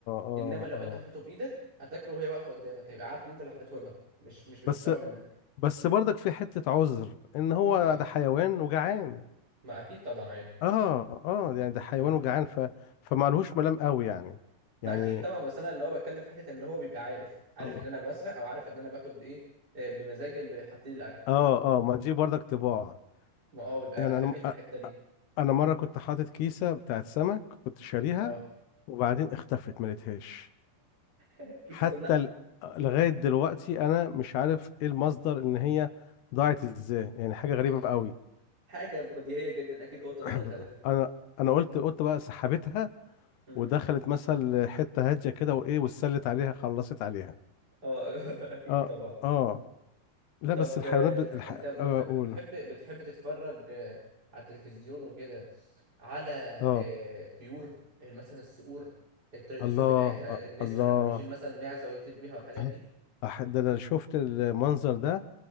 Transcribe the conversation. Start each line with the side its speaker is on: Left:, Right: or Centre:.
Left: اه
Right: انما لو
Left: اه
Right: انت حطيته بايدك هتاكله وهي واقفه قدامك هيبقى عارف ان انت اللي حطيته لها مش مش بتسرقه
Left: بس
Right: منك
Left: بس برضك في حتة عذر ان هو
Right: اه
Left: ده حيوان وجعان
Right: ما اكيد طبعا عادي
Left: اه اه يعني ده حيوان
Right: امم
Left: وجعان ف فمعلهوش ملام قوي يعني
Right: ما
Left: يعني
Right: اكيد طبعا بس انا اللي هو بتكلم في حته ان هو بيبقى عارف عارف
Left: <clears throat>
Right: ان انا بسرق او عارف ان انا باخد ايه آه، بمزاجي اللي حاطين لي الاكل
Left: اه اه ما دي برضك طباع
Right: ما اه بيبقى
Left: يعني
Right: خبير
Left: انا
Right: في الحته
Left: أ-
Right: دي
Left: أ- انا مره كنت حاطط كيسه بتاعت سمك كنت شاريها
Right: اه
Left: وبعدين اختفت ما لقيتهاش
Right: الكيسه
Left: حتى
Right: كلها
Left: ال- لغايه دلوقتي انا مش عارف ايه المصدر ان هي ضاعت ازاي يعني حاجه غريبه
Right: أك-
Left: قوي
Right: حاجه بديهيه جدا اكيد قطه
Left: <clears throat>
Right: دخلت خدتها
Left: انا انا قلت قلت بقى سحبتها
Right: امم
Left: ودخلت مثلا حته هاديه كده وايه واتسلت عليها خلصت عليها
Right: اه <laughs> اكيد
Left: اه
Right: طبعا
Left: اه لا
Right: طب
Left: بس الحيوانات
Right: آه،
Left: ب... الح...
Right: انت ب-
Left: آه،
Right: ب-
Left: اقول
Right: بتحب بتحب تتفرج آه، على التلفزيون وكده على
Left: اه
Right: آه، طيور آه، مثلا الصقور آه، طريقه
Left: الله
Right: الصيد بتاعتها
Left: آه،
Right: النسر
Left: الله
Right: لما بيشيل مثلا معزه ويطير بيها والحاجات
Left: اه
Right: دي
Left: أح- ده انا شفت المنظر ده